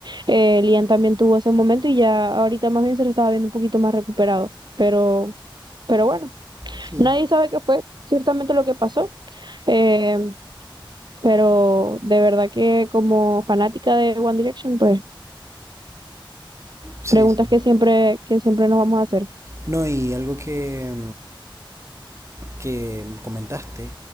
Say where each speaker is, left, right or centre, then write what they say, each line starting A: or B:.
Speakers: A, on the right (about 55°); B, on the right (about 35°).
A: eh, Lian también tuvo ese momento y ya ahorita más bien se lo estaba viendo un poquito más recuperado. Pero, pero bueno,
B: Sí,
A: nadie sabe qué fue ciertamente lo que pasó. eh, pero de verdad que como fanática de One Direction, pues
B: sí,
A: preguntas
B: sí.
A: que siempre, que siempre nos vamos a hacer.
B: No, y algo que, que comentaste,